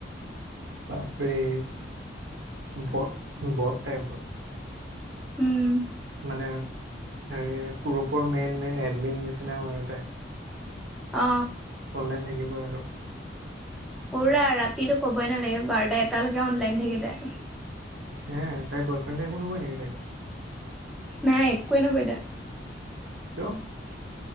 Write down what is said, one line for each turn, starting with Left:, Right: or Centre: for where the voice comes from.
Right: বাপৰে বত বত টাইপ
Centre: উম
Right: মানে হেৰি গ্ৰুপৰ মেইন নে এডমিন নিচিনা হয় আৰু তাই
Centre: অ
Right: অনলাইন থাকিব আৰু
Centre: পুৰা ৰাতিটো ক'বই নালাগে বাৰটা এটালৈকে অনলাইন থাকিল তাই
Right: হে তাই বয়ফ্ৰেণ্ডে একো নকয় নেকি তাইক
Centre: নাই একোৱে নকয় এতিয়া
Right: কিয়